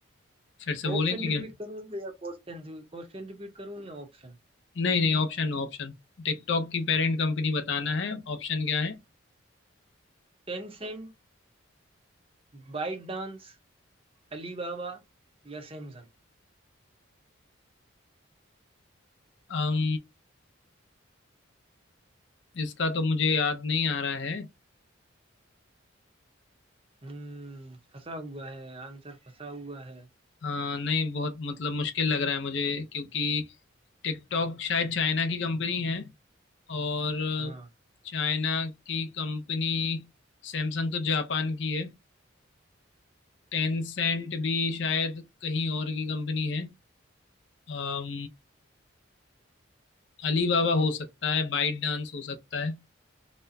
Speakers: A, on the left; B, on the right.
A: फिर से
B: ऑप्शन
A: बोलेंगे
B: रिपीट
A: क्या
B: करूं तो या क्वेश्चन क्वेश्चन रिपीट करूं या option
A: नहीं नहीं ऑप्शन ऑप्शन टिकटॉक की पेरेंट कंपनी बताना है ऑप्शन क्या है
B: Tencent ByteDance Alibaba या सैमसंग
A: अम, इसका तो मुझे याद नहीं आ रहा है
B: हम्म फंसा हुआ है आंसर फंसा हुआ है
A: हाँ नहीं बहुत मतलब मुश्किल लग रहा है मुझे क्योंकि टिकटॉक शायद चाइना की कंपनी है और
B: हाँ
A: चाइना की कंपनी सैमसंग तो जापान की है टेंसेंट भी शायद कहीं और की कंपनी है अम, अलीबाबा हो सकता है बाइट डांस हो सकता है